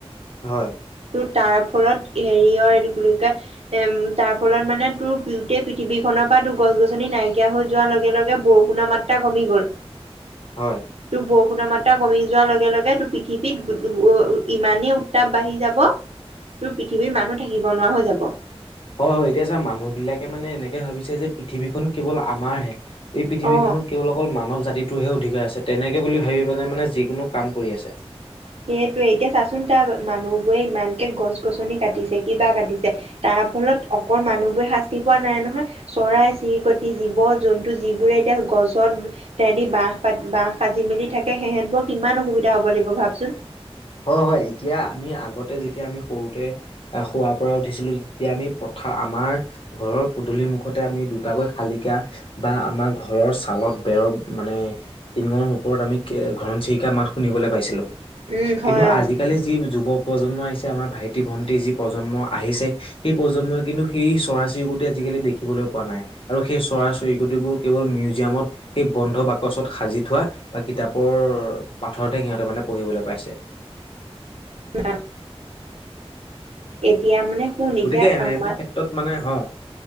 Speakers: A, on the left; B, on the right.
A: হয়।
B: তোৰ তাৰ ফলত হেৰি হয় এম তাৰ। ফলত মানে তোৰ গোটেই পৃথিৱীখনৰ পৰা তোৰ গছ গছনি নাইকিয়া হৈ যোৱাৰ লগে লগে বৰষুণৰ মাত্ৰা কমি। গল
A: হয়
B: টো বৌ। বষুণৰ মাত্ৰা কমি যোৱাৰ লগে লগে তোৰ পৃথিৱীত ইমানেই উত্তাপ বাঢ়ি যাব। তোৰ পৃথিৱীৰ মানুহ থাকিব নোৱাৰা হৈ যাব।
A: হয় হয় এতিয়া ছাৰ মানুহ বিলাকে মানে এনেকে ভাবিছে যে পৃথিৱীখন কেৱল আমাৰ হে এই
B: অ
A: পৃথিৱীখন। কেৱল অকল মানৱ জাতিটোৰহে অধিকাৰ আছে তেনেকে বুলি ভাবি পেলনে মানে যিকোনো কাম কৰি আছে।
B: সেইটোৱে এতিয়া চাচোন তাৰ মানুহ বোৰে ইমানকে গছ গছনি কাটিছে কিবা কাটিছে তাৰ। তাৰ ফলত অকল মানুহবোৰে শাস্তি পোৱা নাই নহয় চৰাই চিৰিকটি জীৱ জন্তু যিবোৰে এতিয়া। গছত তেহেঁতি বাঁহ পটি বাঁহ সাজি মেলি থাকে সিহেঁতবোৰ কিমান অসুবিধা হ'ব লাগিব ভাবচোন।
A: হয় হয় এতিয়া আমি আগতে যেতিয়া আমি সৰুতেশুৱা পৰা উঠিছিলো তেতিয়া আমি প্ৰ। তথা আমাৰ ঘৰৰ পদূলি মুখতে আমি দুটাকৈ শালিকা বা আমাৰ ঘৰৰ ছালত। বেৰৰ মানে টিঙৰ ওপৰত আমি ঘৰণচিৰিকা মাত শুনিবলৈ পাইছিলো।
B: উম
A: কিন্তু
B: হয় অ
A: আজিকালি যি যুবক প্ৰজন্ম আহিছে আমাৰ ভাইটি ভন্টিৰ যি প্ৰজন্ম আহিছে সেই প্ৰজন্মই কিন্তু সেই চৰাই চিৰিকটি যি। সেই খিনি দেখিবলৈ পোৱা নাই আৰু সেই চৰাই চৰিকটিবোৰ কেৱল মিউজিয়ামত সেই বন্ধ বাকচত সাজি। ঠোৱা বা কিতাপৰ পাথৰহে সিহঁত মানে পঢ়িবলৈ পাইছে।
B: ন এতিয়া মানে। শুন এতিয়া
A: গতিকে এনে
B: আমাৰ
A: এটা ক্ষেত্ৰত মানে হ।